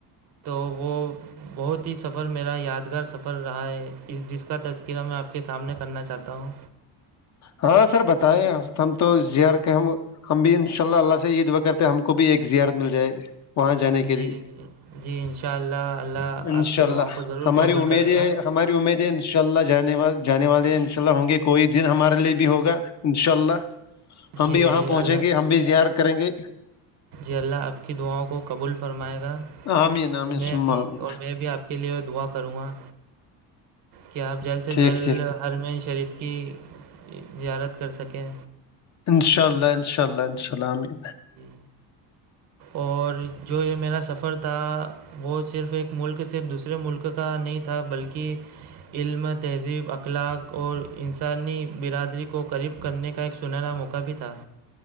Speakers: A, on the right (about 60°); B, on the left (about 40°).
A: تو وہ بہت ہی سفر میرا یادگار سفر رہا ہے اس جس کا تذکرہ میں آپ کے سامنے کرنا چاہتا ہوں
B: ہاں سر بتائے ہم تو زیر کے ہم ہم بھی ان شاء اللہ اللہ سے یہی دعا کرتے ہم کو بھی ایک زیارت مل جائے وہاں جانے کے
A: جی
B: لیے
A: جی ان شاء اللہ اللہ
B: ان
A: آپ
B: شاء
A: کی
B: اللہ
A: دعاؤں کو ضرور
B: ہماری
A: قبول
B: امید
A: کرے
B: یہ
A: گا
B: ہے ہماری امید ہے ان شاء اللہ جانے والے جانے والے انشاء اللہ ہوں گے کوئی دن ہمارے لیے بھی ہوگا ان شاء اللہ ہم
A: جی
B: بھی وہاں پہچیں
A: اللہ
B: گے ہم بھی زیارت کریں گے
A: جی اللہ آپ کی دعاؤں کو قبول فرمائے گا
B: آمین آمین
A: اور میں
B: سما
A: بھی
B: آمین
A: اور میں بھی آپ کے لیے دعا کروں گا کہ آپ جلد سے
B: ٹھیک
A: جلد
B: ٹھیک
A: ارمے شریف کی زیارت کر سکیں
B: انشاء اللہ انشاء اللہ آمین
A: جی اور جو یہ میرا سفر تھا وہ صرف ایک ملک سے دوسرے ملک کا نہیں تھا بلکہ کہ علم تہذیب اخلاق اور انسانی برادری کو قریب کرنے کا ایک سنہرا موقع بھی تھا